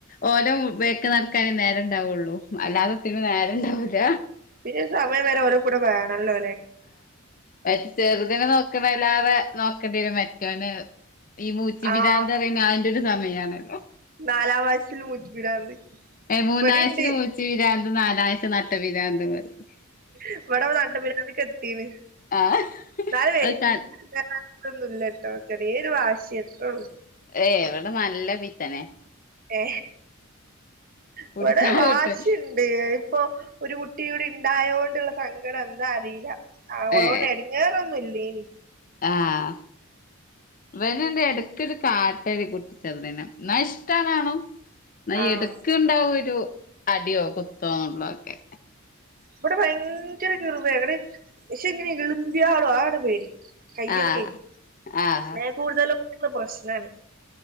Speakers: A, on the left (about 40°); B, on the right (about 40°).
A: ഓലെ ബാക്കില് നടക്കാനേ നേരെണ്ടാവുള്ളൂ അല്ലാതെത്തിനും നേരണ്ടാവൂല
B: പിന്നെ ഒരു സമയം വരെ ഓരോകു‌ടെ വേണല്ലോല്ലേ
A: മറ്റ് ചെറുതിനെ നോക്കണെലേറെ നോക്കണ്ടിരും മറ്റോന ഈ മൂച്ചി
B: ആഹ്
A: പിരാന്ത് പറയുന്ന അതിന്റെ ഒരു സമയണല്ലോ
B: നാലാം വയസ്സില്ല് മൂച്ചി പിരാന്ത്
A: ഏ മൂന്നഴ്ച്ചയിൽ
B: ഇവിടിണ്ട്
A: മൂച്ചി വരാന്തും നാലാഴ്ച നട്ട പിരാന്തും പറയും
B: ഇവിടെ നട്ട പിരാന്തക്ക് എത്തീണ്
A: ആഹ്
B: നല്
A: അത് ക
B: കുഴപ്പോന്നൂല്ലാട്ടോ ചെറിയൊരു വാശി അത്രയുള്ളു
A: ഏ എവിടെ നല്ല പിത്തനെ
B: ഏ
A: കുടിച്ചാ
B: ഇവിടെ വാശിയുണ്ട്
A: കിട്ടും
B: ഇപ്പൊ ഒരു കുട്ടിയോട് ഉണ്ടായതോണ്ടുള്ള സങ്കട എന്താ അറിയില്ല അവളോണ്ട്
A: ഏ
B: എടിങ്ങേറൊന്നും ഇല്ലേനി
A: ആഹ് ഇവനിണ്ട് എട ക്ക്‌ ഒരു കാറ്റടിപ്പുറ്റത് നഷ്ടവണോ നായി
B: ആഹ്
A: എടുക്കുണ്ടാവുഒരു അടിയോ കുത്തോ നുള്ളോക്കെ
B: ഇവിടെ ഭയങ്കര കിർവേ പക്ഷെ ഇങ്ങനെ ഇളിമ്പിയ ആടും അതാണ് പേടി കൈയോക്കെ
A: ആഹ് ആഹ്
B: സ്നഹകൂടതലോ ഇവള് പ്രശ്നാണ്